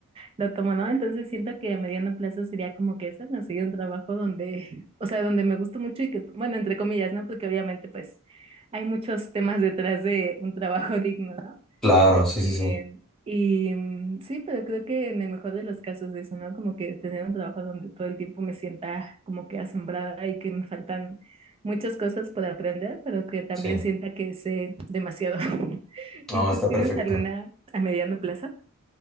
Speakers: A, on the right; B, in the centre.
A: lo tomo, ¿no? Entonces siento que a mediano plazo sería como que eso, conseguir un trabajo donde, <laughs> o sea, donde me gusta mucho y que, bueno, entre comillas, ¿no? Porque obviamente pues hay muchos temas detrás de un trabajo <laughs> digno, ¿no?
B: claro, sí,
A: Eh,
B: sí, sí.
A: y mm, sí, pero creo que en el mejor de los casos eso, ¿no? Como que tener un trabajo donde todo el tiempo me sienta como que asombrada y que me faltan muchas cosas por aprender, pero que también
B: Sí.
A: sienta que sé demasiado. <laughs>
B: No,
A: ¿Y tú
B: está
A: tienes
B: perfecto.
A: alguna a mediano plazo?